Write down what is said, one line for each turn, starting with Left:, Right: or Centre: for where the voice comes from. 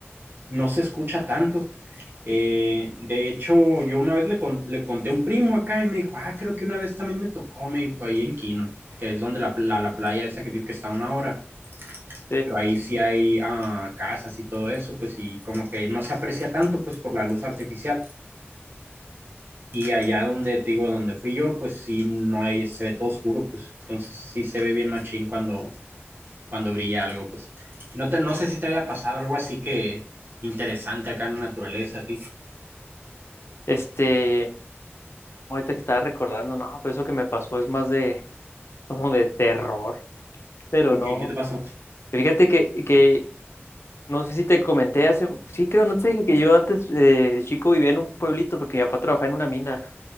Right: no se escucha tanto. Eh, de hecho, yo una vez le, con- le conté a un primo acá y me dijo, ah, creo que una vez también me tocó, me dijo, ahí en Quino, que es donde la, la, la playa esa que digo que está a una hora,
Left: sí.
Right: pero ahí sí hay ah, casas y todo eso, pues y como que no se aprecia tanto, pues por la luz artificial. Y allá donde te digo, donde fui yo, pues sí, no hay, se ve todo oscuro, pues entonces sí se ve bien machín cuando, cuando brilla algo, pues. No, te, no sé si te haya pasado algo así que interesante acá en la naturaleza a ti.
Left: Este, ahorita que estaba recordando, no, pero eso que me pasó es más de, como de terror. pero
Right: Ok,
Left: no.
Right: ¿qué te pasó?
Left: Fíjate que, que no sé si te comenté hace, sí creo, no te dije que yo antes eh, de chico vivía en un pueblito porque mi papá trabajaba en una mina.